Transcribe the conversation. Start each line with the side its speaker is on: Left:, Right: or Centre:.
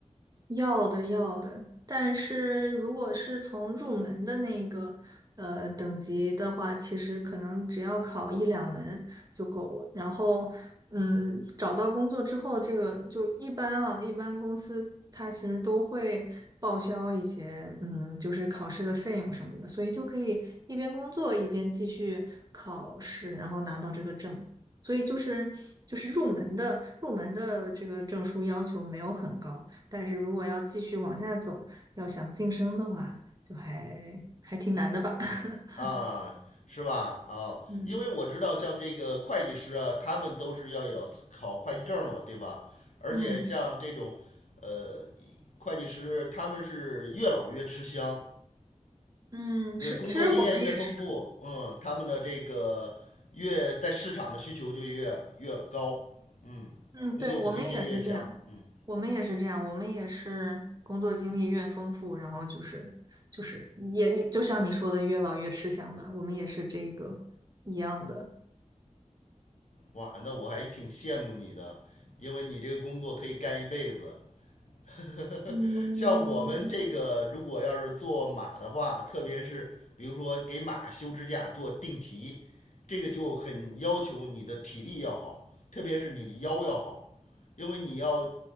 Right: 要的要的，但是如果是从入门的那个呃等级的话，其实可能只要考一两门就够了。然后，嗯，找到工作之后，这个就一般啊，一般公司它其实都会报销一些，嗯，就是考试的费用什么的，所以就可以一边工作一边继续考试，然后拿到这个证。所以就是就是入门的入门的这个证书要求没有很高。但是如果要继续往下走，要想晋升的话，就还还挺难的吧。<laughs>
Left: 啊，是吧？啊，
Right: 嗯
Left: 因为我知道像这个会计师啊，他们都是要有考会计证的嘛，对吧？而且像这种，
Right: 嗯
Left: 呃，会计师他们是越老越吃香，
Right: 嗯，
Left: 那工作经验越丰富，
Right: 是，其实我们也是，
Left: 嗯，他们的这个越在市场的需求就越越高，嗯，
Right: 嗯，
Left: 工作稳定性越强，
Right: 对，我们也是这样，
Left: 嗯，
Right: 我们也是这样，我们也是工作经历越丰富，然后就是就是也也就像你说的，越老越吃香吧，我们也是这个一样的。
Left: 哇，那我还挺羡慕你的，因为你这个工作可以干一辈子，<laughs>
Right: 嗯
Left: 像我们这个，如果要是做马的话，特别是比如说给马修指甲、做定蹄，这个就很要求你的体力要好，特别是你的腰要好，因为你要